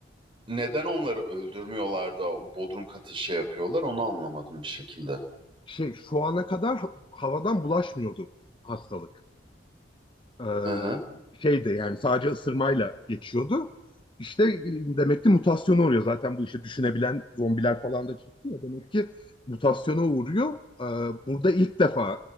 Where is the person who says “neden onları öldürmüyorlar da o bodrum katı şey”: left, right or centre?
Right